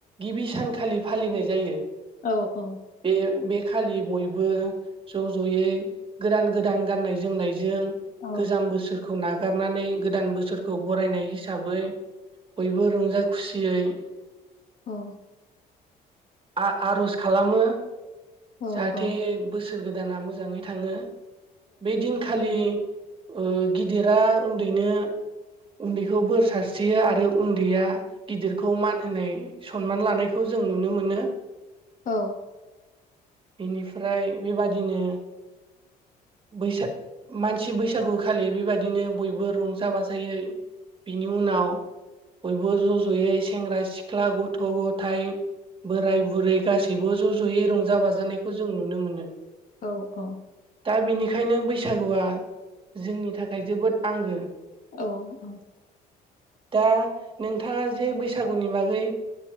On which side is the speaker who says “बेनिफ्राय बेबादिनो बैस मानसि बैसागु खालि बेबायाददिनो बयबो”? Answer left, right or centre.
Right